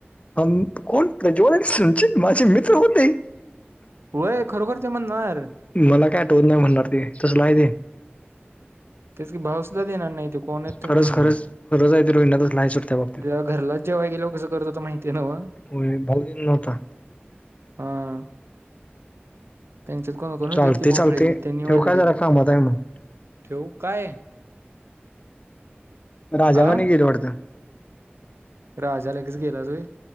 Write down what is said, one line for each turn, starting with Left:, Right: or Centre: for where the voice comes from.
Left: ह कोण प्रज्वल संचित माझे मित्र होते.
Right: हो खरोखर ते म्हणणार.
Left: मला काय आठवत नाही म्हणणार ते तसला आहे ते.
Right: त्याच क भाव सुद्धा देणार नाही ते. कोण आहेत तुम्ही
Left: खरंच
Right: म्हणणार
Left: खरंच खरंच आहे ते रोहिणा तसलं आहे सोड त्या बाबतीत
Right: घरलाच जेव्हा गेलं कसं करत तर माहितीय नव्ह.
Left: हो भाऊ देत नव्हता..
Right: हा त्यांच्यात कोण कोण होते
Left: चालते
Right: ती भोपाळची
Left: चालते
Right: त्यांनी वाढली
Left: ठेव काय जरा कामात आहे मग
Right: ठेवू काय.
Left: राजा
Right: हा
Left: म गेलं वाडतं.
Right: राजा लगेच गेला तुय.